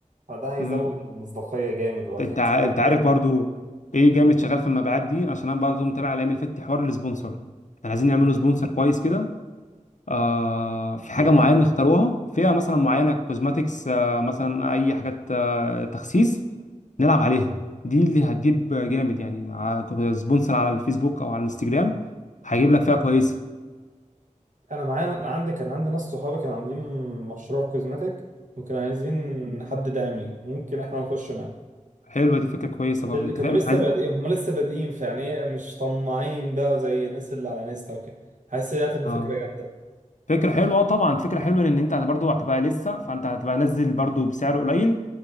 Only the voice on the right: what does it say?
فده هيزود
المصداقية جامد وهتلاقي
ناس
كتير
جاية
يعني
أنا معايا أنا عندي كان عندي ناس صحابي كانوا عاملين مشروع كوزماتيك وكانوا عايزين حد داعم ليهم ممكن إحنا نخش معاه
اللي
كانوا
لسه
بادئين هم لسه بادئين فيعني إيه، مش طماعين بقى زي الناس اللي على انستا وكده حاسس ان دي هتبقى
فكره جامده